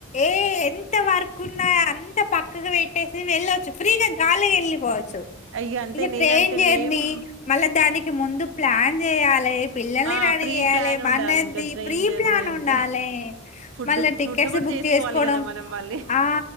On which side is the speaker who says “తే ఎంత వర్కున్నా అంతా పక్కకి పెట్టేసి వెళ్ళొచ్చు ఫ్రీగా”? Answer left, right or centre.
Left